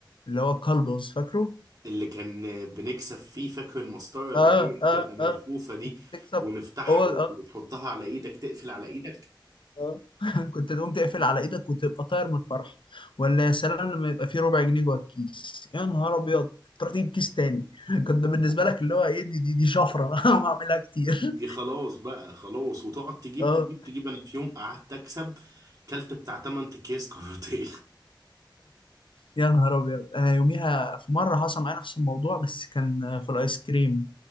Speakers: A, on the left (about 85°); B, on the right (about 45°).
A: اللي هو كلبز فاكره؟
B: اللي كان بنكسب فيه فاكر المسطرة اللي
A: اه
B: هي بتبقى
A: اه
B: ملفوفة
A: اه
B: دي
A: تكسب
B: ونفتحها
A: هو اه
B: وتحطها على ايدك تقفل على ايدك
A: اه <laughs> كنت تقوم تقفل على ايدك وتبقى طاير من الفرحة ولا يا سلام لما يبقى فيه ربع جنيه جوه الكيس يا نهار ابيض تروح تجيب كيس تاني كنت بالنسبة لك اللي هو ايه دي دي دي شفرة <laughs> وهعملها كتير
B: دي خلاص بقى خلاص وتقعد تجيب
A: اه
B: تجيب تجيب انا في يوم قعدت اكسب كلت بتاع 8 اكياس كاراتيه
A: يا نهار ابيض انا يوميها في مره حصل معايا نفس الموضوع بس كان في الايس كريم